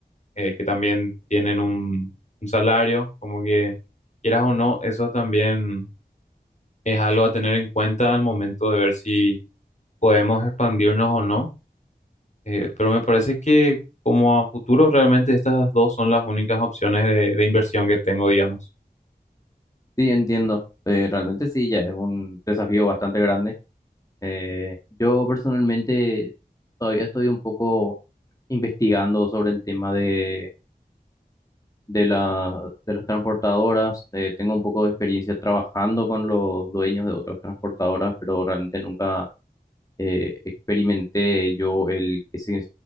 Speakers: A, on the left; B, on the left.
A: Eh, que también tienen un, un salario, como que quieras o no, eso también es algo a tener en cuenta al momento de ver si podemos expandirnos o no. Eh, pero me parece que como a futuro realmente estas dos son las únicas opciones de, de inversión que tengo, digamos.
B: Sí, entiendo. Eh, realmente sí, ya es un desafío bastante grande. Eh, yo personalmente todavía estoy un poco investigando sobre el tema de, de la- de las transportadoras. Eh, tengo un poco de experiencia trabajando con los dueños de otras transportadoras, pero realmente nunca eh, experimenté yo el que se,